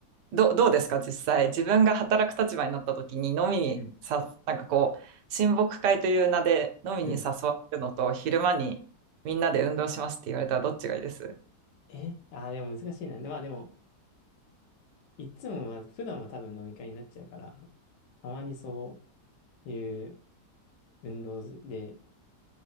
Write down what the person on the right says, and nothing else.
ど、どうですか、実際。自分が働く立場になった時に飲みにさ、
なんかこう、親睦会という名で飲みに誘われるのと、
昼間にみんなで運動しますって言われたらどっちがいいです